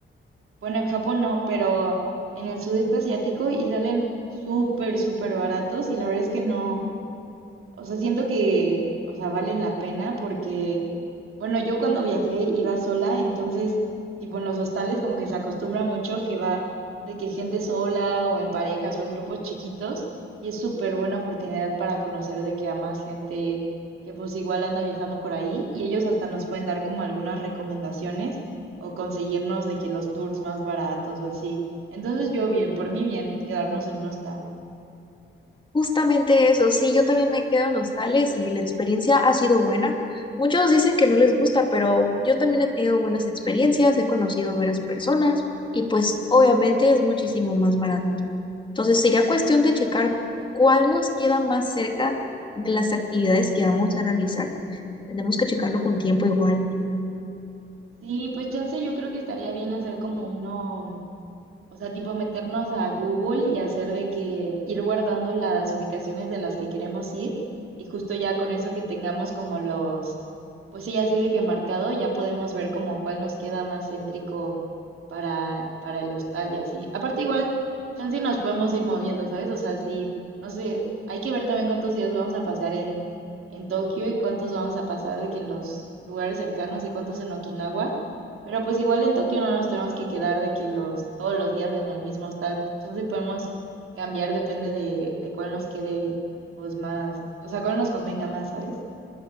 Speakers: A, on the right; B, on the left.
A: Bueno, en Japón no, pero en el sudeste asiático y salen súper, súper baratos y la verdad es que no, o sea, siento que, o sea, valen la pena porque, bueno, yo cuando viajé iba sola, entonces, tipo en los hostales como que se acostumbra mucho que va de que gente sola o en parejas o en grupos chiquitos y es súper buena oportunidad para conocer de que a más gente que pues igual anda viajando por ahí y ellos hasta nos pueden dar como algunas recomendaciones o conseguirnos de que los tours más baratos o así. Entonces yo bien, por mí bien, quedarnos en un hostal.
B: Justamente eso, sí, yo también me quedo en hostales y la experiencia ha sido buena. Muchos dicen que no les gusta, pero yo también he tenido buenas experiencias, he conocido varias personas y pues obviamente es muchísimo más barato. Entonces sería cuestión de checar cuál nos queda más cerca de las actividades que vamos a realizar. Tenemos que checarlo con tiempo igual.
A: Sí, pues chance yo creo que estaría bien hacer como uno, mm, o sea, tipo meternos a Google y hacer de que ir guardando las ubicaciones de las que queremos ir y justo ya con eso que tengamos como los, pues sí, así de que marcado, ya podemos ver como cuál nos queda más céntrico para, para el hostal y así. Aparte igual, chance y nos podemos ir moviendo, ¿sabes? O sea, sí, no sé, hay que ver también cuántos días vamos a pasar en, en Tokio y cuántos vamos a pasar de que en los lugares cercanos y cuántos en Okinawa. Pero pues igual en Tokio no nos tenemos que quedar de que los, todos los días en el mismo hostal. Entonces podemos cambiar, depende de, de cuál nos quede pues más, o sea, cuál nos convenga más, ¿sabes?